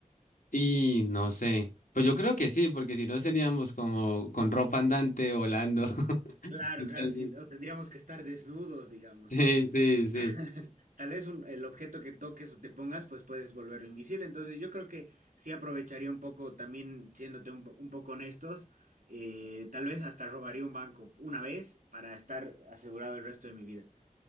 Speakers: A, on the left; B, on the right.
A: Y no sé. Pues yo creo que sí, porque si no seríamos como con ropa andante volando. <laughs>
B: Claro,
A: Entonces,
B: claro, sí, o tendríamos que estar desnudos, digamos,
A: Sí,
B: ¿no?
A: sí, sí.
B: <laughs> Tal vez un- el objeto que toques o te pongas, pues puedes volverlo invisible. Entonces yo creo que sí aprovecharía un poco, también siéndote un, po- un poco honestos, eh, tal vez hasta robaría un banco una vez para estar asegurado el resto de mi vida.